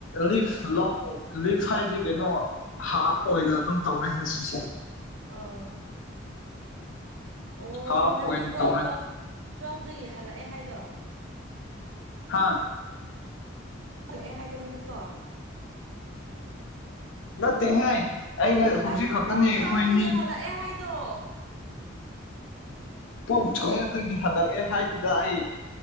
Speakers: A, on the left; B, on the right.
A: ꯂꯤꯐ ꯂꯧ ꯂꯤꯐ ꯍꯥꯏꯗꯤ ꯀꯩꯅꯣ ꯍꯥꯐ ꯑꯣꯏꯅ ꯑꯗꯨꯝ ꯇꯧꯔꯦ ꯉꯁꯤꯁꯦ
B: ꯑ ꯑꯣ
A: ꯍꯥꯐ
B: ꯅꯪꯅꯦꯀꯣ
A: ꯑꯣꯏꯅ ꯇꯧꯔꯦ
B: ꯇꯨꯋꯦꯜꯐ ꯇꯨꯋꯦꯜꯐꯇꯗꯒꯤ ꯍꯜꯂꯛꯑꯦ ꯍꯥꯏꯗꯣ
A: ꯍꯥꯥ
B: ꯜꯂꯛꯑꯦ ꯍꯥꯏꯗꯪꯅꯤꯀꯣ
A: ꯅꯠꯇꯦꯍꯦ ꯑꯩꯩꯅ ꯍꯧꯖꯤꯛ
B: ꯍꯥꯏꯕꯗꯤ
A: ꯈꯛꯇꯅꯦ
B: ꯄꯨꯡ
A: ꯑꯩꯈꯣꯏꯅꯤ
B: ꯇꯨꯋꯦꯜꯐꯇꯒꯤ ꯍꯜꯂꯛꯑꯦ ꯍꯥꯏꯗꯣ
A: ꯀꯣꯛꯊꯣꯛꯑꯦ ꯑꯗꯨꯒꯤ ꯍꯟꯂꯛꯑꯦ ꯍꯥꯏꯗꯨꯗ ꯑꯩ